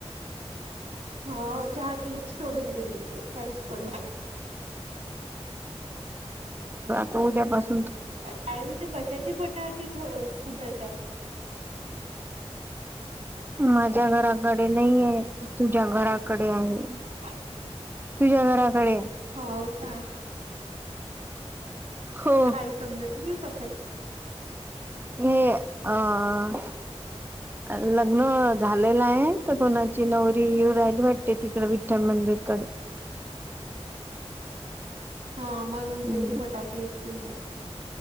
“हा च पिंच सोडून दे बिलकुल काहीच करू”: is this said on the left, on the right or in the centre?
Right